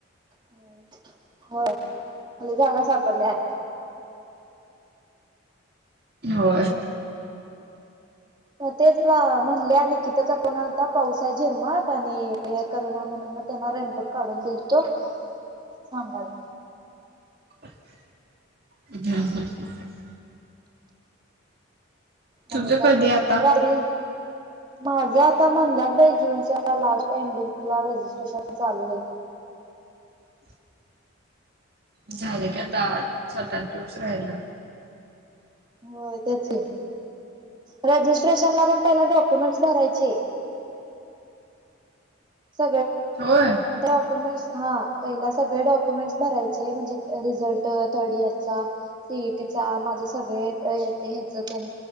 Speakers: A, on the right; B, on the right.
A: हो हो मला जागा सापडले हाय
B: हो
A: तेच म्हटलं निकिताचा फोन आलता पावसात त्यांनी हे करू नाही म्हणून मी त्यांना रेनकोट काढून दिले कस सांगायच
B: <inaudible>
A: आणि
B: तुझं
A: काय
B: कधी आता?
A: माझ आता म्हणलात बाई जूनच्या लास्ट एंडिंगला रजिस्ट्रेशन चालू होईल.
B: <inaudible> झाले का आता स्वतच दिवस राहिलं
A: हो तेच हो रजिस्ट्रेशन मधून त्यांनी डॉक्युमेंट्स भरायचे हो
B: होय
A: सगळेच डॉक्युमेंट भरायचे आहे सगळ्या डॉक्युमेंट्स भरायचे म्हणजे रिझल्ट थर्ड इयर चा सीईटीचा माझ्यासगळ्या ये ते ह्याच